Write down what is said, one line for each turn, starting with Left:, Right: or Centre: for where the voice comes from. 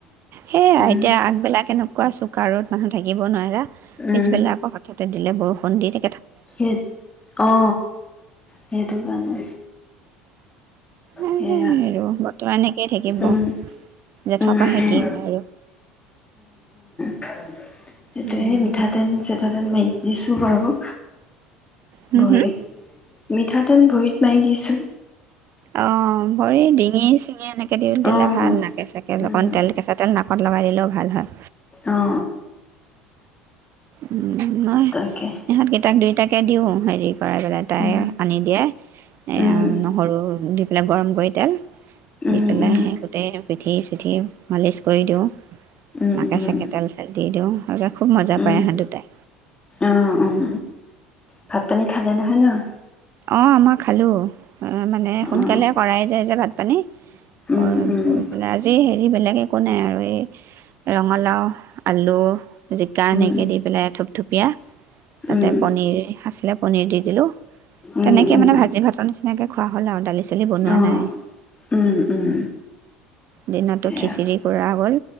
Right: সেয়াই
Left: উম
Right: এতিয়া আগবেলা কেনেকোৱা চুকা ৰদ মানুহ থাকিব নোৱাৰা
Left: উম
Right: পিছবেলা আকৌ হঠাতে দিলে বৰষুণ পণ্ডিতে
Left: সেই অ সেইটো কাৰণে
Right: এয়াই
Left: সেয়া
Right: আৰু বৰ্তমান একেই থাকিব
Left: উম
Right: জেঠ
Left: উম
Right: পাহে
Left: উম
Right: কি হয় আৰু
Left: <unintelligible> সেইটোয়ে
Right: উম,
Left: সেই মিঠাতেল চিতাতেল মাৰি দিছো বাৰু
Right: হম,
Left: ভৰিত
Right: হম,
Left: মিঠাতেল ভৰিত মাৰি দিছোঁ
Right: অ ভৰি ডিঙি চিঙি এনেকে দি দিলে
Left: অ
Right: ভাল নাকে চাকে
Left: উম
Right: অকণ তেল কেঁচা তেল না পট লগাই দিলেও ভাল হয়
Left: অ অ
Right: উম নাই
Left: তাকে
Right: ইহত কেইটাক দুই তাকে দিওঁ। হেৰি কৰাই পেলাই তাই,
Left: উম
Right: আনি দিয়ে এয়া
Left: উম
Right: নহৰু দি পেলাই গৰম কৰি তেল, দি,
Left: উম
Right: পেলাই
Left: উম
Right: সেই গোটেই পিঠি -চিঠি মালিচ কৰি দিওঁ
Left: উম
Right: নাকেচাকে
Left: উম
Right: তেল- চল দি দিওঁ। আজিয়ে খুব মজা।
Left: উম
Right: পায় ইহত দুটাই,
Left: অ উম ভাত পানী খালে নহয় ন', -
Right: অ', মই খালো। অ ', মানে সোনকালে
Left: অ
Right: কৰাই যায় যে - ভাত। পানী,
Left: উম
Right: অ',
Left: উম
Right: কৰি পেলাই আজি হেৰি বেলেগে, একো নাই আৰু এই ৰঙালাও - আলু, -জিকা
Left: উম,
Right: এনেকৈ দি পেলাই থোপথুপীয়া তাতে
Left: উম,
Right: পনীৰ, আছিলে পনীৰ দি দিলোঁ,
Left: উম,
Right: তেনেকে
Left: উম,
Right: মানে ভাজি ভাতৰ নিচিনাকৈ খোৱা হ'ল আৰু দালি- চালি বনোৱা
Left: অ',
Right: নাই।
Left: উম, উম,
Right: দিনতো
Left: এয়া
Right: খিচিৰি কৰা হ'ল,